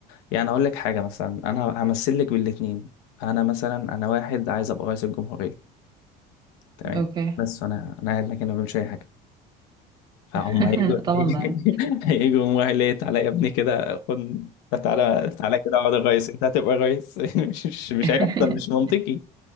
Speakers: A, on the left (about 75°); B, on the right (about 25°).
A: يعني اقول لك حاجه مثلا انا همثل لك بالاتنين انا مثلا انا واحد عايز ابقى رئيس الجمهوريه تمام
B: اوكي
A: بس انا انا قاعد مكاني ما بعملش اي حاجه فهم
B: <laughs>
A: هيجوا
B: طبعا معاك
A: <laughs> هيجوا هم قال لي تعالى يا ابني كده خد تعالى تعالى كده اقعد غيص انت هتبقى غيص <laughs> مش مش مش
B: <laughs>
A: هيحصل مش منطقي